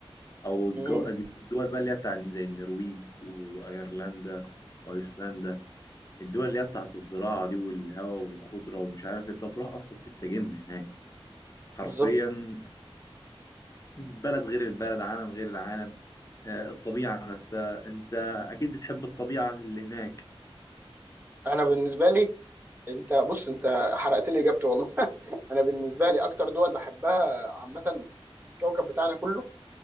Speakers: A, on the left (about 30°); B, on the right (about 20°).
A: أو الجو-
B: امم
A: الدول بقى اللي هي بتاع زي النرويج وأيرلندا وأيسلندا الدول اللي هي بتاعت الزراعة دي والهواء والخضرة ومش عارف إيه، أنت تروح أصلا تستجم هناك حرفيا
B: بالظبط
A: بلد غير البلد عالم غير العالم آه، الطبيعة نفسها أنت أكيد بتحب الطبيعة اللي هناك
B: انا بالنسبه لي انت بص انت حرقت لي اجابتي والله <laughs> انا بالنسبه لي اكتر دول بحبها عامه في الكوكب بتاعنا كله